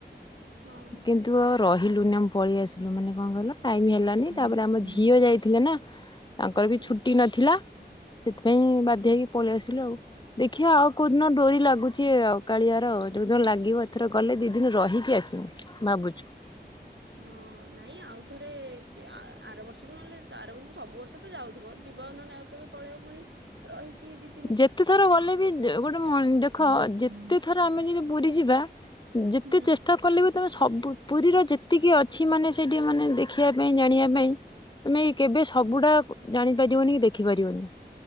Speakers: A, on the right (about 85°); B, on the left (about 25°).
A: ହଁ
B: କିନ୍ତୁ ରହିଲୁନି ଆମେ ପଳେଇ ଆସିଲୁ ମାନେ କଣ କହିଲ ଟାଇମ୍ ହେଲାନି
A: ହଁ
B: ତାପରେ ଆମ ଝିଅ ଯାଇଥିଲେ ନା ତାଙ୍କର
A: ଆଚ୍ଛା
B: ବି ଛୁଟି ନ ଥିଲା ସେଥିପାଇଁ ବାଧ୍ୟ ହେଇକି ପଳେଇ ଆସିଲୁ ଆଉ ଦେଖିବା ଆଉ କୋଉ ଦିନ ଡୋରି ଲାଗୁଛି ଆଉ କାଳିଆ ଯୋଉଦିନ ଲାଗିବ ଏଥର ଗଲେ ଦିଇ ଦିନ ରହିକି ଆସିବୁ ଭାବୁଚୁ।
A: ହଁ ନା ନାଇଁ ଆଉ ଥରେ ଆ କି ଆର ବର୍ଷକୁ ନହେଲେ ଆର ବର୍ଷକୁ ସବୁ ବର୍ଷ ତ ଯାଉଥିବ ଯିବା ନହେଲେ ଆଉ କେବେ ପଳେଇ ପୁଣି ରହିକି ଦି
B: ଯେତେ ଥର ଗଲେ ବି ଯେ ଗୋଟେ ମ ଦେଖ
A: ହୁଁ
B: ଯେତେ
A: ହୁଁ
B: ଥର ଆମେ ଯଦି ପୁରୀ ଯିବା ଯେତେ
A: ହୁଁ
B: ଚେଷ୍ଟା କଲେବି ତମ ସବୁ ପୁରୀର ଯେତିକି ଅଛି ମାନେ ସେଇଠି ମାନେ ଦେଖିବା ପାଇଁ ଜାଣିବା ପାଇଁ ତମେ ଏ କେବେ ସବୁଟା ଜାଣିପାରିବନି କି ଦେଖିପାରିବନି।